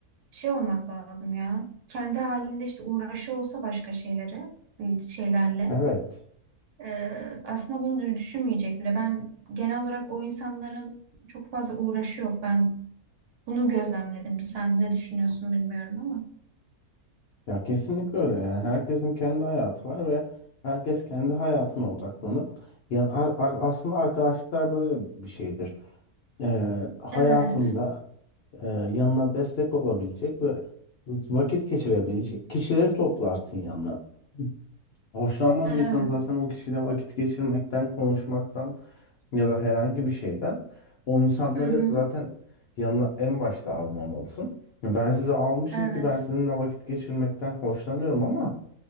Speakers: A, on the right (about 80°); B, on the left (about 75°).
A: şey olmak lazım ya. Kendi halinde işte uğraşı olsa başka şeyleri, şeylerle.
B: Evet.
A: Ee, aslında bunu dü- düşünmeyecek bile. Ben genel olarak o insanların çok fazla uğraşı yok. Ben bunu gözlemledim. Sen ne düşünüyorsun bilmiyorum ama.
B: Ya kesinlikle öyle yani herkesin kendi hayatı var ve herkes kendi hayatına odaklanıp yani ar- ar- aslında arkadaşlıklar böyle bir şeydir. Ee, hayatında
A: Evet.
B: e, yanına destek olabilecek ve vakit geçirebilecek kişileri toplarsın yanına. Hoşlanmadıysan
A: Evet.
B: zaten o kişiyle vakit geçirmekten, konuşmaktan ya da herhangi bir şeyden o insanları
A: Hı hı.
B: zaten yanına en başta almamalısın. Ya Ben sizi almışım
A: Evet.
B: ki ben sizinle vakit geçirmekten hoşlanıyorum ama